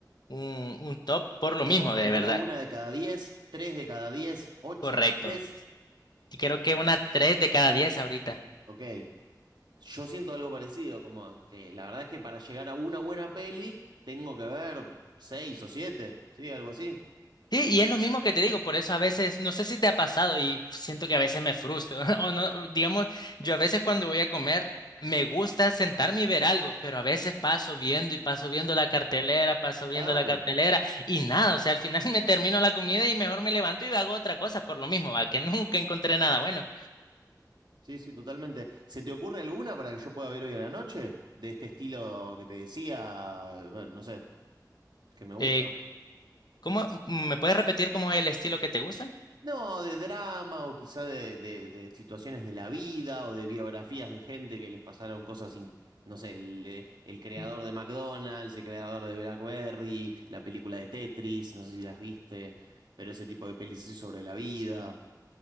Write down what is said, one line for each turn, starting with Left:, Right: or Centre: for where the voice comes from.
Left: un, un top por lo
Right: Era
Left: mismo,
Right: como si
Left: de
Right: dijera
Left: verdad.
Right: una de cada 10, tres de cada 10, ocho
Left: Correcto.
Right: de diez,
Left: Y Creo que una 3 de cada 10 ahorita.
Right: Ok. Yo siento algo parecido, como que la verdad es que para llegar a una buena peli tengo que ver seis o siete, sí, algo así.
Left: Sí, y es lo mismo que te digo, por eso a veces, no sé si te ha pasado y siento que a veces me frustro, <laughs> o no, digamos, yo a veces cuando voy a comer me gusta sentarme y ver algo, pero a veces paso viendo y paso viendo la cartelera, paso viendo
Right: Claro.
Left: la cartelera y nada, o sea, al final <laughs> me termino la comida y mejor me levanto y hago otra cosa por lo mismo, va, que nunca encontré nada bueno.
Right: Sí, sí, totalmente. ¿Se te ocurre alguna para que yo pueda ver hoy a la noche? De este estilo que te decía, bueno, no sé, que me gusta.
Left: Eh, ¿cómo, me puedes repetir cómo es el estilo que te gusta?
Right: No, de drama o quizá de, de- de situaciones de la vida o de biografías de gente que les pasaron cosas, in- no sé, el, eh, el creador
Left: Mm,
Right: de McDonald's, el creador de BlackBerry, la película de Tetris, no sé si las viste, pero ese tipo de pelis así sobre la vida